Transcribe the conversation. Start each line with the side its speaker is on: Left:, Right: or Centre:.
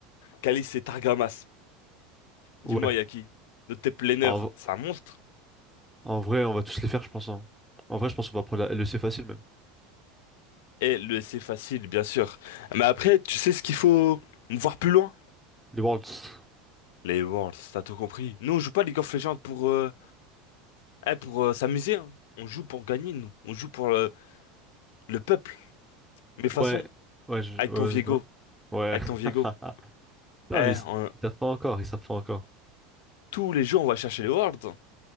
Left: Caliste c'est Targamas.
Centre: Ouais.
Left: Dis-moi, y a qui? Notre tes planeurs,
Centre: En, v-
Left: c'est un monstre.
Centre: en vrai, on va tous les faire, je pense. hein. En vrai, je pense qu'on va prendre la- le C facile même.
Left: Et le c'est facile, bien sûr. Mais après, tu sais ce qu'il faut voir plus loin?
Centre: Les Worlds.
Left: Les Worlds, t'as tout compris. Nous, on joue pas League of Legends pour, euh, eh, pour euh, s'amuser, hein. On joue pour gagner, nous. On joue pour le, le peuple. Mais de toute
Centre: Ouais.
Left: façon,
Centre: Ouais, je...
Left: avec
Centre: ouais.
Left: ton Viego,
Centre: vas-y, dis Ouais.
Left: avec ton Viego,
Centre: <laughs> Non,
Left: eh,
Centre: mais ils
Left: on-
Centre: ils savent pas encore, ils savent pas encore.
Left: tous les jours, on va chercher les Worlds.